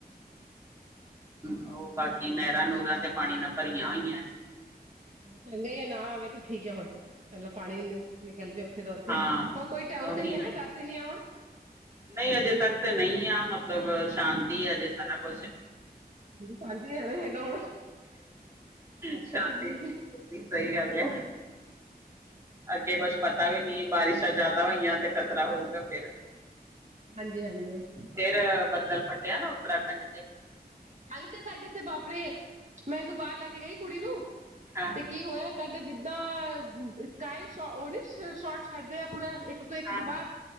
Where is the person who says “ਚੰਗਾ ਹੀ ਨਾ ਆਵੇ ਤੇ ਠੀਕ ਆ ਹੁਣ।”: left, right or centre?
Right